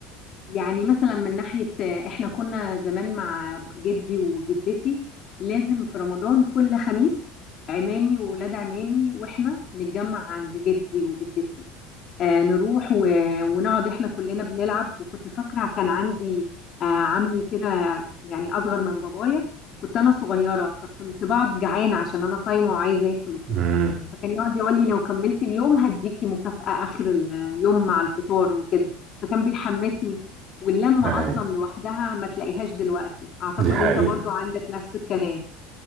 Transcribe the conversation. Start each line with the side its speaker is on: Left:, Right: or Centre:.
Left: يعني مثلا من ناحية آه، احنا كنا زمان مع جدي وجدتي لازم في رمضان كل خميس عمامي وولاد عمامي واحنا نتجمع عند جدي وجدتي آه، نروح و... ونقعد احنا كلنا بنلعب وكنت فاكره كان عندي آه، عمي كده يعني اصغر من بابايا كنت انا صغيره فكنت بقعد جعانه عشان انا صايمه وعايزه اكل وكده
Right: امم
Left: فكان يقعد يقول لي لو كملت اليوم هديكي مكافأة اخر اليوم مع الفطار وكده فكان بيحمسني واللمه
Right: اهي
Left: اصلا لوحدها ما تلاقيهاش دلوقتي اعتقد
Right: دي حقيقة
Left: انت برضو عندك نفس الكلام